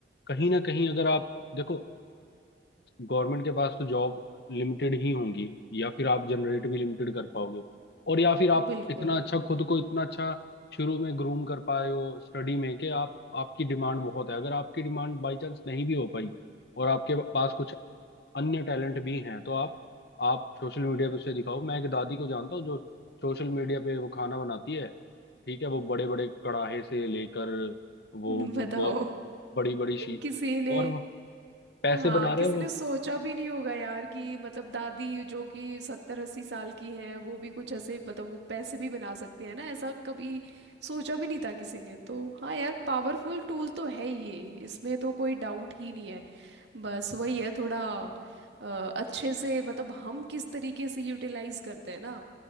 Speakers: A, on the left; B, on the right.
A: कहीं ना कहीं अगर आप देखो गवर्नमेंट के पास तो जॉब लिमिटेड ही होंगी या फिर आप जनरेट भी लिमिटेड कर पाओगे और या फिर आप
B: बिल्कुल
A: इतना अच्छा खुद को इतना अच्छा शुरू में ग्रूम कर पाए हो स्टडी में कि आप आपकी डिमांड बहुत है अगर आपकी डिमांड बाई चांस नहीं भी हो पाई और आपके पास कुछ अन्य टैलेंट भी हैं तो आप आप सोशल मीडिया पे उसे दिखाओ मैं एक दादी को जानता हूँ जो सोशल मीडिया पे वो खाना बनाती है ठीक है वो बड़े बड़े कड़ाहे से लेकर वो
B: <laughs>
A: वो
B: बताओ
A: बहुत बड़ी बड़ी शी
B: किसी ने
A: और वो पैसे
B: हाँ
A: बना
B: किसी
A: रहे हैं वो
B: ने सोचा भी नहीं होगा यार कि मतलब दादी जो कि सत्तर अस्सी साल की हैं वो भी कुछ ऐसे मतलब वो पैसे भी बना सकते हैं ना ऐसा कभी सोचा भी नहीं था किसी ने तो हाँ यार पावरफुल टूल तो है ये इसमें तो कोई डाउट ही नहीं है बस वही है थोड़ा अ, अच्छे से मतलब हम किस तरीके से यूटिलाइज करते हैं ना